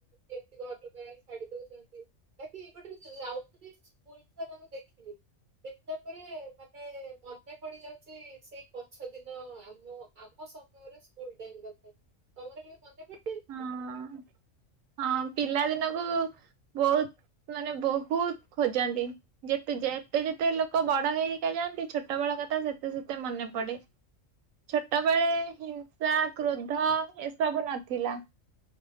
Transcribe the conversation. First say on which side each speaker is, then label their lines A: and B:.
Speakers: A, on the right (about 55°); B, on the right (about 80°).
A: କେମିତି ଘର ଲୋକ ଶାଢୀ ଦଉଛନ୍ତି ବାକି ଏପଟେ ଯାଉ ସ୍କୁଲ ଛୁଆ ତା ମୁଁ ଦେଖିଲି। ଦେଖିଲା ପରେ ମାନେ ମନେ ପଡି ଯାଉଛି ସେଇ ପଛ ଦିନ ଆମ ଆମ ସମୟର ସ୍କୁଲ ଟାଇମ୍ କଥା ତମର କେବେ ମନେ ପଡେନି?
B: ହଁ ହଁ ପିଲା ଦିନକୁ ବହୁତ ମାନେ ବହୁତ ଖୋଜନ୍ତି। ଯେତେ ଯେତେ ଯେତେ ଲୋକ ବଡ ହେଇିକା ଯାଆନ୍ତି ଛୋଟ ବେଳ କଥା ସେତେ ସେତେ ମନେ ପଡେ।
A: <unintelligible>
B: ଛୋଟବେଳେ ହିଂସା କ୍ରୋଧ ଏସବୁ ନଥିଲା।